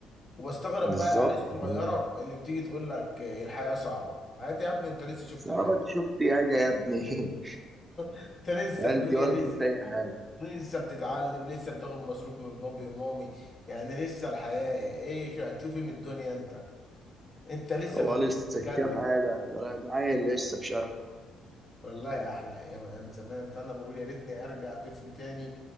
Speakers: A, on the left; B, on the right.
A: وبستغرب
B: بالظبط
A: بقى العيال الصغيره
B: كده.
A: اللي بتيجي تقول لك آه، الحياه صعبه حياتي يا ابني انت لسه شفت
B: صعبة
A: حياه
B: شفت حاجة يا ابني <laughs>
A: انت لسه
B: قال
A: الدنيا
B: دي ولا
A: لسه
B: شفت اي حاجه
A: لسه بتتعلم لسه بتاخد مصروف من بابي ومامي يعني لسه الحياة ايه شو هتشوفي من الدنيا انت انت لسه
B: هو لسه
A: بتجدد
B: شاف حاجه ده ده عيل لسه في شرق
A: والله احلى ايام ايام زمان فانا بقول يا ريتني ارجع طفل تاني